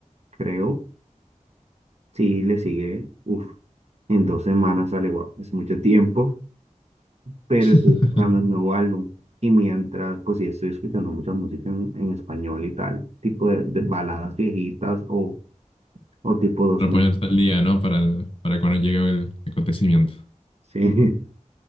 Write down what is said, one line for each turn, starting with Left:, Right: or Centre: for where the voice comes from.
Right: creo, sí le sigue, uff, en dos semanas sale, wow, es mucho tiempo. pero
Left: <laughs>
Right: estoy esperando el nuevo álbum. Y mientras, pues sí, estoy escuchando mucha música en, en español y tal, tipo de, de baladas viejitas o, o tipo dos
Left: Para
Right: mil
Left: ponerte al día, ¿no? Para, el- para cuando llegue el acontecimiento.
Right: Sí, <laughs>